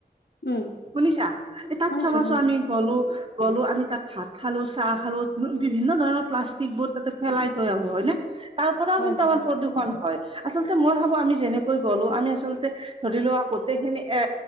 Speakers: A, on the left; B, on the right.
A: উম
B: শুনিছা? এ তাত
A: শুনিছো
B: চাবাচো
A: শুনিছো
B: আমি- গলো গলো আমি তাত ভাত খালো চাহ খালো- বিভিন্ন ধৰণৰ প্লাষ্টিক বৰ্ড তাতে ফেলাই তৈ আহো। হয় নে? তাৰ পৰাও
A: হয়
B: কিন্তু
A: হয়
B: আমাৰ প্ৰদূষণ হয়। আচলতে মই ভাবো আমি যেনেকৈ গলো আমি আচলতে- ধৰি লোৱা গোটেই খিনি এ